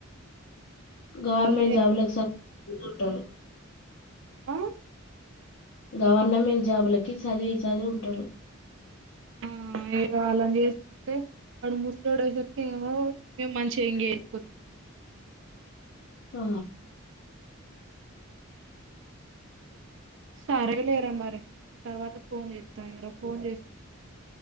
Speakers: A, on the left (about 65°); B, on the right (about 60°).
A: గవర్నమెంట్
B: వాళ్ళు చే-
A: జాబ్లలకు స ముందుటారు
B: ఆమ్
A: గవర్నమెంట్ జాబులకి చదివి చదువు ఉంటారు
B: ఆ ఇ అలాని చేస్తుకుంటే వాడు ముసలాడేసరికి ఏమో మేము మంచిగా ఎంగేజుకోతుంది
A: ఆ
B: సారే లేరా మరి తర్వాత ఫోన్ చేస్తా ఎవరో ఫోన్ చేస్తారు